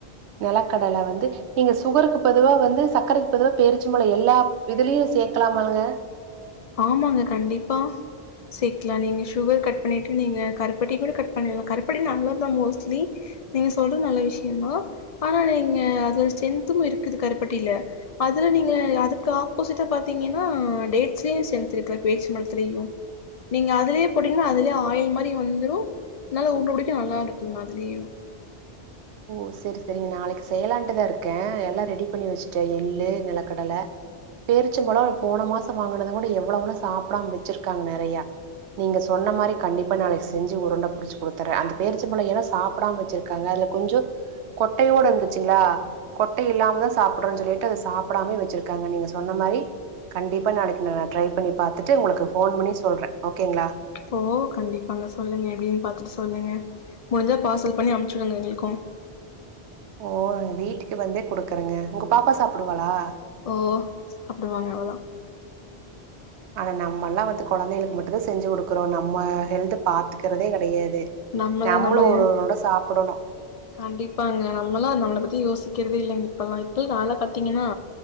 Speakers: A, on the right (about 80°); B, on the left (about 55°).
A: நெலக்கடல வந்து நீங்க சுகருக்கு பதுவா வந்து சக்கரைக் பதுவா பேரிச்சம்பழொ எல்லாப் இதுலியு சேக்கலாமாங்க
B: ஆம்மாங்க கண்டிப்பா சேக்கலா நீங்க சுகர் கட் பண்ணிட்டு நீங்க கருப்பட்டி கூட கட் பண்ணில்லா கருப்பட்டி நல்லாத்தா மோஸ்ட்லி நீங்க சொல்றது நல்ல விஷ்யமா ஆனா நீங்க அது ஸ்ட்ரென்த்தும் இருக்குது கருப்பட்டில அதுல நீங்க அதுக்கு ஆப்போசிட்டா பாத்தீங்கன்னா டே ட்ஸ்லியு ஸ்ட்ரெந்த் இருக்குல பேர்ச்சம் பழத்திலியு நீங்க அதுலே போட்டீங்ன்னா அதுலேயே ஆயில் மாரி வந்துரு நல்ல உருண்ட புடிக்க நல்லா இருக்குங்க அதுலியு
A: ஓ செர் செரிங்க நாளைக் செய்யலாண்டுதா இருக்கே எல்லா ரெடி பண்ணி வச்சுட்டே எள் ளு நிலக்கடல பேரிச்சம்பழொ நா போன மாசோ வாங்கனதுந்கொட எவ்வளவ்ளோ சாப்டாம் வச்சுர்க்காங் நெறைய நீங்க சொன்ன மாரி கண்டிப்பா நாளைக் செஞ்சு உருண்ட புடிச் குடுத்துறே அந்த பேரிச்சம்பழொ ஏனோ சாப்டாம வச்சிருக்காங்க அல கொஞ்சொ கொட்டையோட இருந்துச்சுங்ளா கொட்ட இல்லாமதா சாப்டனு சொல்லிட்டு அத சாப்டாம வச்சிருக்காங்க நீங்க சொன்ன மாரி கண்டிப்பா நாளைக்கு நா ட்ரை பண்ணி பாத்துட்டு உங்களுக்கு ஃபோன் பண்ணி சொல்றே ஓகேங்ளா
B: ஓ கண்டிப்பாங்க சொல்லுங்க எப்டின் பாத்துட்டு சொல்லுங்க முடிஞ்சா பார்சல் பண்ணி அம்ச்சுடுங்க எங்ளுக்கு
A: ஓ வீட்டுக்கு வந்தே குடுக்குறங்க ஒங்க பாப்பா சாப்டுவாளா
B: ஓ சாப்டுவாங்க அதலா
A: ஆனா நம்மள்லா வந்து கொழந்தைகளுக்கு மட்டுதா செஞ்சு குடுக்குறோ நம்ம ஹெல்த பாத்துக்கறதே கெடயாது
B: நம்மளே
A: நம்மளு
B: நம்ம
A: ஒரொரு உருண்ட சாப்புடனு
B: கண்டிப்பாங்க நம்மளா நம்மள பத்தி யோசிக்கிறதே இல்லங்க இப்பல்லா இப்பே கால்ல பாத்தீங்கன்னா